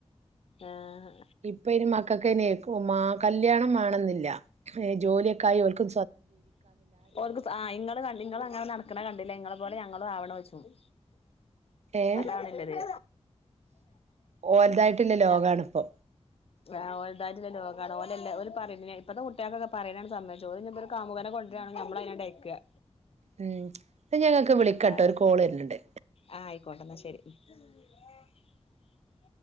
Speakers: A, on the left; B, on the right.
A: ആഹ്
B: ഇപ്പൊ ന് മക്കക്കെന് കല്യാണമാണെന്നില്ല ജോലിയൊക്കെ ആയി ഓല്ക്ക്
A: ഓൾക്ക് ആങ്ങള് നിങ്ങ അങ്ങനെ നടക്കണ കണ്ടില്ല ഇങ്ങളെ പോലെ ഞങ്ങളും ആവണോ ചോദി
B: ഏഹ്
A: അതണല്ല
B: ഓൽതായിട്ടുള്ള ലോകാണിപ്പോ
A: ഞാ ആ ഓൽതായിട്ട്ള്ള ലോകാണ് ഓലല്ലാ ഓല്പറിം പി ഇപ്പത്തെ കുട്ടൾക്കെ പറയാനാണ് സമ്മയിച്ച ഒരു കാമുകന കൊണ്ടരാണ് നമ്മലയിനങ്ങാട്ടയ്ക്ക
B: ഉം ഞ ങ്ങൾക്ക് വിളിക്കട്ടോ
A: ആ കാലം
B: ഒരു കോള് വര്ന്ണ്ട്
A: ആഹ് ആയിക്കോട്ടെ <unintelligible>